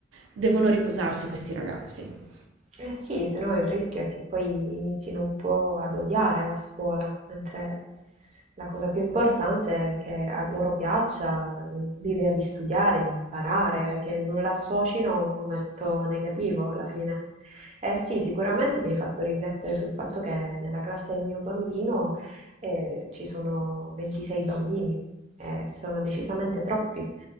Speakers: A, on the right; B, on the right.
A: Devono riposarsi questi ragazzi.
B: Eh sì, se no il rischio è che poi inizino un po' ad odiare la scuola, mentre la cosa più importante è che a loro piaccia eh, l'idea di studiare, di imparare, che non l'associno a un momento negativo alla fine. Eh sì, sicuramente mi hai fatto riflettere sul fatto che nella classe del mio bambino eh, ci sono 26 bambini, e sono decisamente troppi